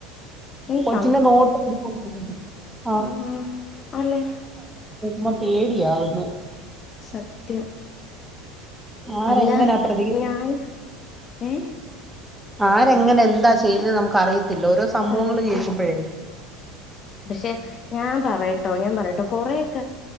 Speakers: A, on the left; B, in the centre.
A: എനിക്ക്
B: കൊച്ചിന്റെ നോട്ട <unintelligible>
A: ആഹ അല്ലേ
B: മ്മ പേടിയാവന്ന്
A: സത്യം
B: ആരെങ്ങനാ
A: അല്ല
B: പ്രതികരി
A: ഞാൻ ഏഹ്
B: ആരെ ങ്ങനെ എന്താ ചെയ്യുന്നത് നമുക്ക് അറിയ ത്തില്ല ഓരോ സംഭവങ്ങള്
A: സത്യം
B: കേൾക്കുമ്പഴേ
A: പക്ഷെ ഞാൻ പറയട് ട്ടോ ഞാൻ പറയാട്ടോ കൊറെയൊക്കെ